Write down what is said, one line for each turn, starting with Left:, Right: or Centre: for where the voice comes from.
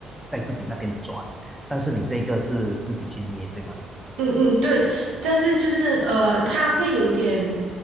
Centre: 在自己那边转，但是你这个是自己去捏，对吗？
Right: 嗯嗯，对，但是就是呃，他会有一点，